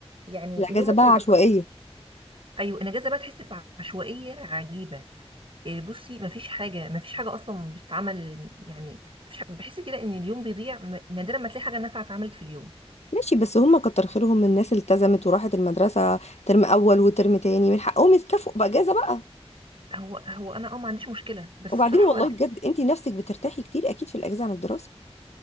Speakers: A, on the right (about 55°); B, on the left (about 85°).
A: يعني
B: الاجازة
A: اليوم ماشي
B: بقى
A: لوحده
B: عشوائية
A: ايوه الاجازه بقى تحس بعشوائيه عجيبه إيه، بصي مفيش حاجه مفيش حاجه اصلا بتتعمل يعني مفيش حاجة- بحس كده ان اليوم بيضيع م- نادرا ما تلاقي حاجه نافعه اتعملت في اليوم
B: ماشي بس هم كتر خيرهم الناس اللي التزمت وراحت المدرسة ترم اول وترم تاني من حقهم يتكافئوا باجازة بقى
A: هو هو انا اه ما عنديش مشكله بس
B: وبعدين
A: بصراحه
B: والله بجد انت نفسك بترتاحي كتير اكيد في الاجازة عن الدراسة